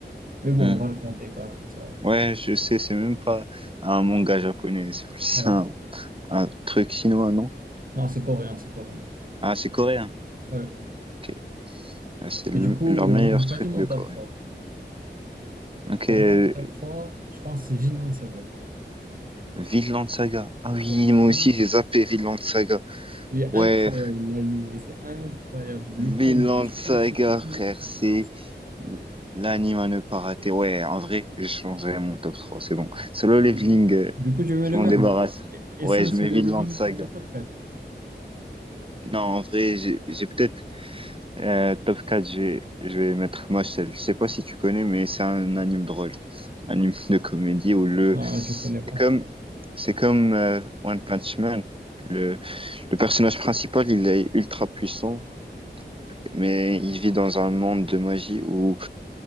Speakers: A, on the right; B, on the right.
A: Mais bon,
B: Hmm.
A: on va le compter quand même ça.
B: Ouais, je sais, c'est même pas un manga japonais, c'est plus
A: Ouais.
B: un, un truc chinois, non?
A: Non, c'est coréen, c'est coréen.
B: Ah, c'est coréen.
A: Ouais.
B: Ok. Ouais, C'est le-
A: Et du coup,
B: leur meilleur
A: moi, j'ai
B: truc
A: pas dit mon
B: de Corée.
A: top trois
B: Ok,
A: Pour
B: euh,
A: moi, mon top 3 je pense que c'est Vinland Saga.
B: Vinland Saga. Ah oui,
A: Ouais, tu
B: moi
A: connais.
B: aussi j'ai zappé Vinland Saga.
A: Il est
B: Ouais,
A: incroyable l'anime, c'est incroyable. Le combat,
B: Vinland
A: surtout
B: Saga,
A: la saison
B: frère, c'est
A: 1,
B: l'anime à ne pas rater. Ouais, en vrai, j'ai changé mon top trois c'est bon. Solo Leveling,
A: Du coup, je-
B: euh,
A: du coup, je mets
B: je
A: le
B: m'en
A: même.
B: débarrasse.
A: Et et
B: Ouais,
A: ça,
B: je
A: sur
B: mets
A: le
B: Vinland
A: living,
B: Saga.
A: tu le mets top quatre.
B: Non, en vrai, j'ai j'ai peut-être Euh, top 4, je vais, je vais mettre Mashle. Je sais pas si tu connais, mais c'est un anime drôle. Un anime <laughs> de comédie où le.
A: Non,
B: C'est
A: je connais pas.
B: comme, c'est comme euh, One Punch Man. Le, le personnage principal, il est ultra puissant, mais il vit dans un monde de magie où